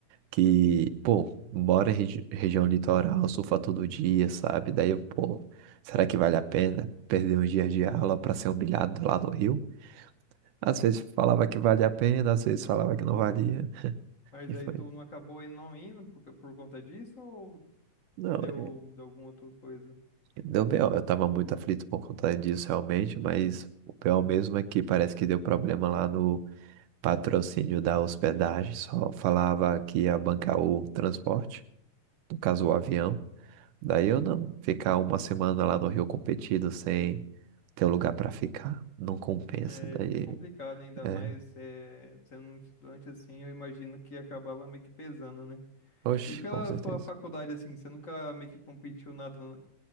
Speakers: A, on the right; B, on the left.
A: que, pô, mora em regi- região litoral, surfa todo dia, sabe? Daí eu, pô, será que vale a pena perder uns dias de aula pra ser humilhado lá no Rio? Às vezes falava que valia a pena, às vezes falava que não valia.
B: Mas
A: E foi.
B: aí tu não acabou aí não indo por, ca- por conta disso ou
A: Não,
B: deu,
A: é,
B: deu alguma outra coisa?
A: deu B.O. Eu tava muito aflito por conta disso realmente, mas o pior mesmo é que parece que deu problema lá patrocínio da hospedagem, só falava que ia bancar o transporte, no caso o avião. Daí eu não ficar uma semana lá no Rio competido sem ter lugar para ficar, não compensa.
B: É,
A: Daí
B: fica complicado, né? Ainda
A: é,
B: mais é, sendo um estudante assim, eu imagino que acabava meio que pesando, né?
A: oxe,
B: E pela
A: com certeza.
B: sua faculdade, assim, você nunca meio que competiu nada